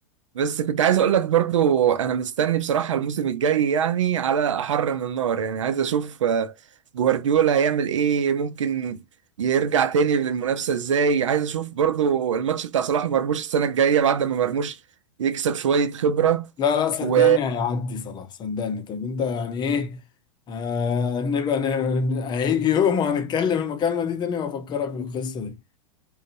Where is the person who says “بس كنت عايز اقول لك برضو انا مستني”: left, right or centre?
Right